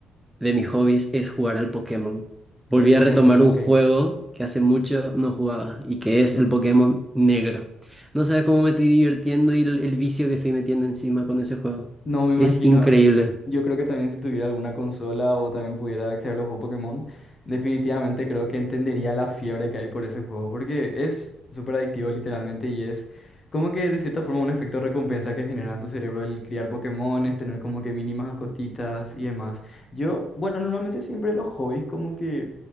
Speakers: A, in the centre; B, on the left.
A: de mis hobbies es jugar al Pokémon. Volví
B: El Pokémon,
A: a retomar
B: ok.
A: un juego que hace mucho no jugaba y que es el Pokémon Negro. No sabes cómo me estoy divirtiendo y el, el vicio que estoy metiendo encima con ese juego.
B: No me imagino.
A: Es increíble.
B: Yo creo que también si tuviera alguna consola o también pudiera acceder a los juegos Pokémon, definitivamente creo que entendería la fiebre que hay por ese juego, porque es súper adictivo literalmente y es como que de cierta forma un efecto recompensa que genera en tu cerebro el criar Pokémones, tener como que mínimas cotitas y demás. Yo, bueno, normalmente siempre los hobbies como que